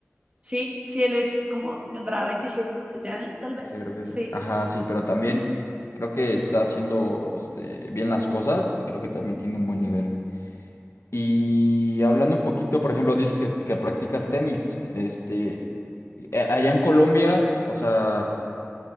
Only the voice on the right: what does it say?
Sí, sí, él es como, tendrá 27 años, tal vez.
Sí.